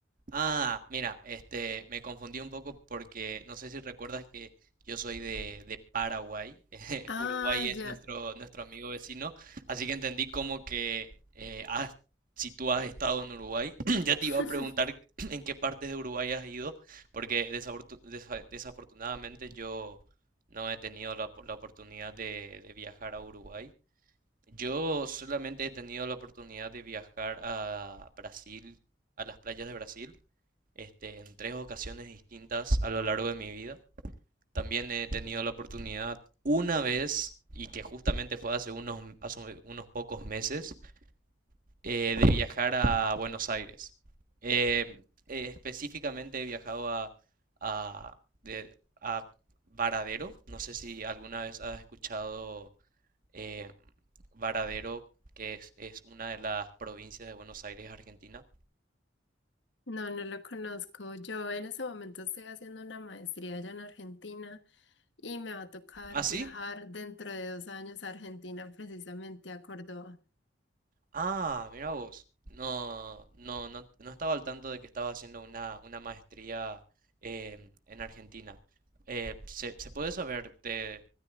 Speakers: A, on the right; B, on the left.
A: Ah, mira, este, me confundí un poco porque no sé si recuerdas que yo soy de, de Paraguay. <laughs> eh,
B: Ah,
A: Uruguay es
B: ya.
A: nuestro, nuestro amigo vecino, así que entendí como que eh, has- si tú has estado en Uruguay, <clears throat> ya te
B: <laughs>
A: iba a Sí. preguntar <clears throat> en qué partes de Uruguay has ido, porque desafortu- desa- desafortunadamente yo no he tenido la, op- la oportunidad de, de viajar a Uruguay. Yo solamente he tenido la oportunidad de viajar a Brasil, a las playas de Brasil, este, en tres ocasiones distintas a lo largo de mi vida. También he tenido la oportunidad una vez, y que justamente fue hace unos, hace unos pocos meses, eh, de viajar a Buenos Aires. Eh, eh, específicamente he viajado a, a, de- a Varadero. No sé si alguna vez has escuchado eh, Varadero, que es, es una de las provincias de Buenos Aires, Argentina.
B: No, no lo conozco. Yo en ese momento estoy haciendo una maestría allá en Argentina y me va a tocar
A: ¿Ah, sí?
B: viajar dentro de dos años a Argentina, precisamente a Córdoba.
A: Ah, mira vos. No, no, no, no estaba al tanto de que estaba haciendo una, una maestría eh, en Argentina. Eh, ¿se, se puede saber de,